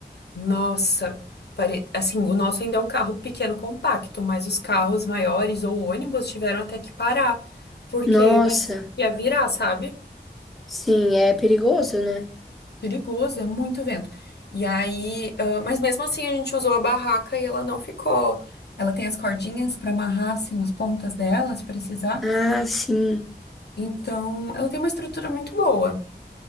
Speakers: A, on the left (about 70°); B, in the centre.
A: Nossa, pare... assim, o nosso ainda é um carro pequeno, compacto, mas os carros maiores ou ônibus tiveram até que parar, porque
B: Nossa,
A: parecia que ia virar, sabe?
B: sim, é perigoso, né?
A: Perigoso, é muito vento. E aí, ah, mas mesmo assim a gente usou a barraca e ela não ficou. Ela tem as cordinhas para amarrar assim as pontas dela, se precisar.
B: Ah, sim,
A: Então, ela tem uma estrutura muito boa.